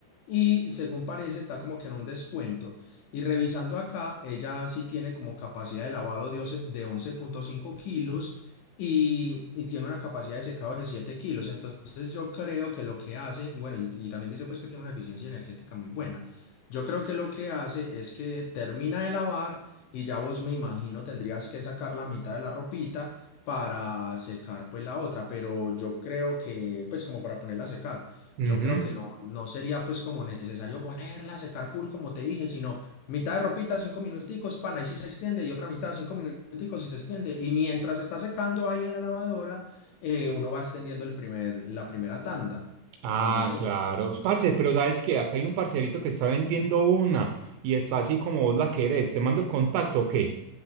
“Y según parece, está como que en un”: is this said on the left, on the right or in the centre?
Left